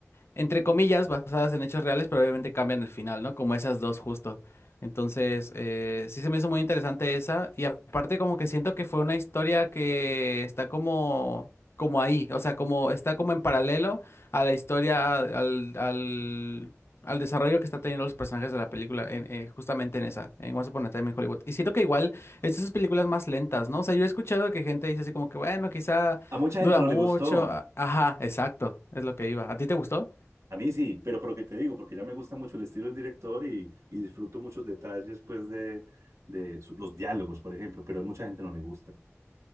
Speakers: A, on the left; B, on the right.
A: entre comillas, basadas en hechos reales, pero obviamente cambian el final, ¿no? Como esas dos justo. Entonces, eh, sí se me hizo muy interesante esa. Y aparte como que siento que fue una historia que está como, como ahí, o sea, como está como en paralelo a la historia, al, al, al desarrollo que está teniendo los personajes de la película, en, eh, justamente en esa, en Once Upon a Time in Hollywood. Y siento que igual es de esas películas más lentas, ¿no? O sea, yo he escuchado que gente dice así como que, bueno, quizá
B: A mucha
A: dura
B: gente no
A: mucho.
B: le gustó,
A: a- Ajá, exacto, es lo que iba. ¿A ti te gustó?
B: A mí sí, pero por lo que te digo, porque ya me gusta mucho el estilo del director y, y disfruto muchos detalles, pues, de, de su- los diálogos, por ejemplo, pero a mucha gente no le gusta.